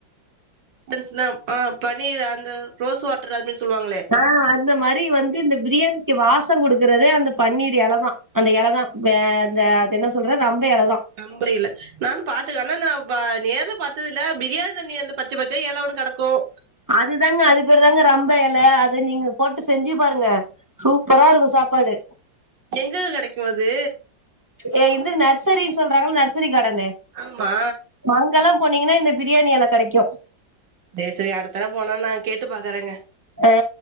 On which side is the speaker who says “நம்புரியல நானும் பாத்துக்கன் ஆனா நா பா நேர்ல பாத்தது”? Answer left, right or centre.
Right